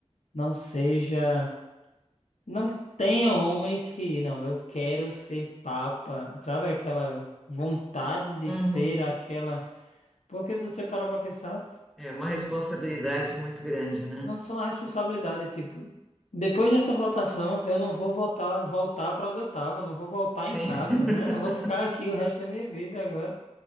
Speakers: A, on the left; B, in the centre.
A: não seja não tenha homens que, não, eu quero ser papa, sabe? Aquela vontade de
B: uhum.
A: ser aquela. Porque se você parar pra pensar,
B: É uma responsabilidade muito grande, né?
A: não só a responsabilidade, tipo, depois dessa votação, eu não vou voltar, voltar para onde eu tava, não vou voltar
B: Sim.
A: em casa,
B: <laughs>
A: né? Eu vou ficar aqui o resto da minha vida agora,